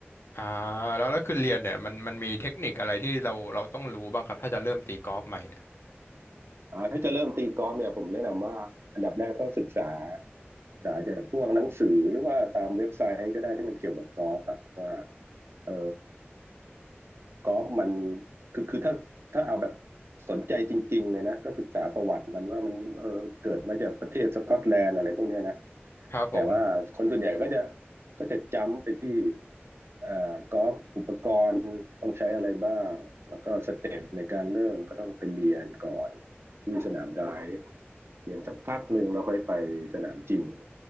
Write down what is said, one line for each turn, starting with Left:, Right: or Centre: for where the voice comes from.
Left: อ่าแล้วแล้วคือเรียนเนี่ยมันมันมีเทคนิคอะไรที่เราเราต้องรู้บ้างครับถ้าจะเริ่มตีกอล์ฟใหม่เนี่ย
Right: อ่าถ้าจะเริ่มตีกอล์ฟเนี่ยผมแนะนำว่าอันดับแรกก็ศึกษาศึกษาจากพวกหนังสือหรือว่าตามเว็บไซต์ก็ได้ที่มันเกี่ยวกับกอล์ฟอะว่าเออ กอล์ฟมันคือคือถ้าถ้าเอาแบบสนใจจริงๆเลยนะก็ศึกษาประวัติมันว่ามันเออเกิดมาจากประเทศสกอตแลนด์อะไรพวกเนี้ยนะ
Left: ครับผม
Right: แต่ว่าคนส่วนใหญ่ก็จะก็จะจำไปที่อ่อกอล์ฟอุปกรณ์ต้องใช้อะไรบ้างแล้วก็สเต็ปในการเริ่มก็ต้องไปเรียนก่อนที่สนามไดฟ์เรียนสักพักหนึ่งแล้วค่อยไปสนามจริง